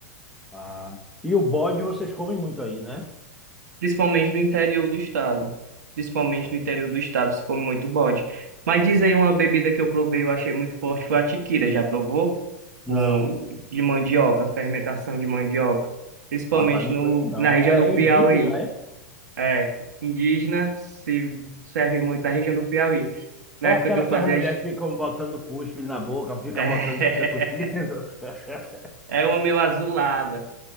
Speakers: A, in the centre; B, on the right (about 75°).
A: Ah. E o bode vocês comem muito aí, né?
B: Principalmente no interior do estado. Principalmente
A: É,
B: no interior do estado se come muito bode. Mas
A: é,
B: diz aí uma bebida que eu provei, eu achei muito forte, foi a tiquira. Já provou?
A: Não.
B: Com, de mandioca, fermentação de mandioca. Principalmente
A: Rapaz, não
B: no,
A: conheço não.
B: na região
A: É,
B: do
A: é
B: Piauí.
A: indígena, é?
B: É, indígena se serve muito na região do Piauí. Na
A: É
B: época
A: aquela
B: que eu
A: que
B: fazia...
A: as mulheres
B: as-
A: ficam botando cuspe na boca, fica
B: <laughs>
A: botando, fica cuspindo. <laughs>
B: É, é uma meio azulada.